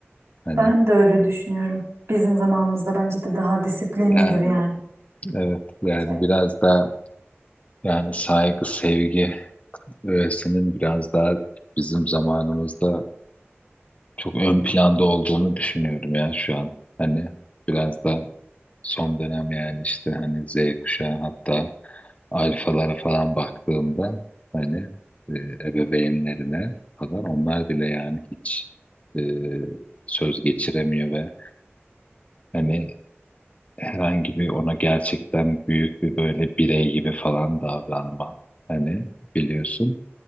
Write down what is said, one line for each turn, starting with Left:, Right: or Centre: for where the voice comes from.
Left: Hani
Right: Ben de öyle düşünüyorum. Bizim zamanımızda bence de daha disiplinlidir
Left: yani
Right: yani.
Left: evet yani
Right: Şey.
Left: biraz daha yani saygı, sevgi öğesinin biraz daha bizim zamanımızda çok ön planda olduğunu düşünüyorum ya şu an. Hani biraz da son dönem yani işte hani Z kuşağı hatta alfalara falan baktığımda hani e, ebeveynlerine falan onlar bile yani hiç e, söz geçiremiyor ve hani herhangi bir ona gerçekten büyük bir böyle birey gibi falan davranma hani biliyorsun.